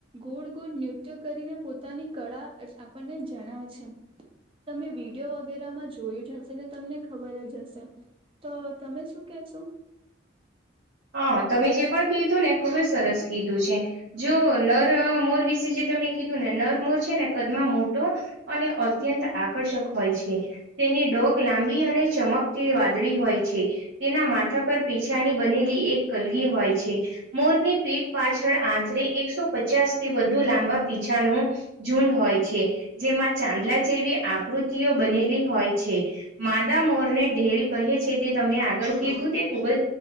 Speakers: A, on the right; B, on the right.
A: ગોળ ગોળ નૃત્ય કરીને પોતાની કળા આપણને જણાવે છે. તમે વિડીયો વગેરેમાં જોયું જ હશે ને તમને ખબર જ હશે. તો તમે શું કેશો?
B: હા તમે જે પણ કીધું ને ખુબ જ સરસ કીધું છે. જો નર મોર વિશે જે તમે કીધું ને નર મોર છે ને કદમાં મોટો અને અત્યંત આકર્ષક હોય છે. તેની ડોક લાંબી અને ચમકથી વાદળી હોય છે તેના માથા પર પીછાની બનેલી એક કલગી હોય છે. મોરની પીઠ પાછળ આશરે એકસો પચાસ થી વધુ લાંબા પીછા નો ઝુંડ હોય છે. જેમાં ચાંદલા જેવી આકૃતિઓ બનેલી હોય છે. માદા મોરને ઢેલ કહે છે તે તમે આગળ કીધું તે ખુબ જ